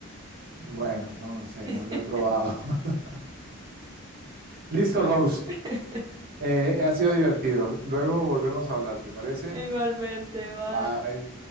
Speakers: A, on the right (about 45°); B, on the right (about 20°).
A: bueno, no sé,
B: <laughs>
A: no, no he probado. <laughs> Listo,
B: Bueno,
A: Rose.
B: <laughs>
A: Eh, ha sido divertido. Luego volvemos a hablar, ¿te parece?
B: igualmente, bye.
A: Bye.